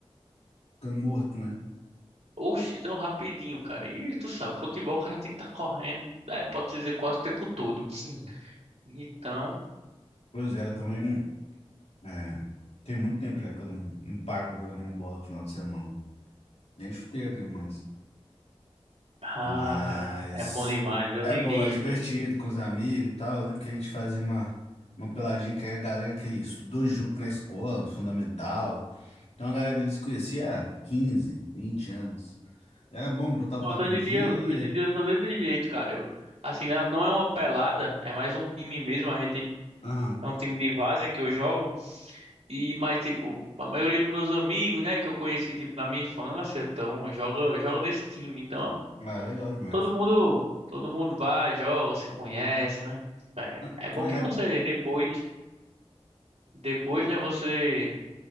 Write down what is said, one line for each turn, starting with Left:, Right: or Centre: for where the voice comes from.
Left: Ficando morto, né?
Right: oxe, tão rapidinho, cara. E tu sabe, futebol o cara tem que estar correndo, né? pode dizer, quase o tempo todo. Sim. Então,
Left: Pois é, eu também. É, tem muito tempo já que eu não, não paro pra jogar uma bola no final de semana. Nem chuteiro eu tenho mais.
Right: ah,
Left: Mas
Right: cara, é bom demais, eu
Left: é
Right: nem
Left: bom,
Right: deixo,
Left: é divertido
Right: velho.
Left: com os amigos e tal. Eu lembro que a gente fazia uma, uma peladinha que era a galera que estudou junto na escola, no fundamental. Então a galera ali se conhecia há 15, 20 anos. Era bom botar o
Right: Pronto,
Left: papo
Right: Hoje
Left: em dia.
Right: em dia, hoje em dia eu sou desse jeito, cara. Eu, assim, não não é uma pelada, é mais um time mesmo, a gente.
Left: Aham.
Right: É um time de várzea que eu jogo. E mas tipo, a maioria dos meus amigos, né, que eu conheci tipo na minha infância, então joga joga nesse time. Então,
Left: Ah, legal demais.
Right: todo mundo, todo mundo vai, joga, se conhece, né? É,
Left: Ah,
Right: é bom
Left: Aí
Right: que
Left: é,
Right: você depois, depois, né, você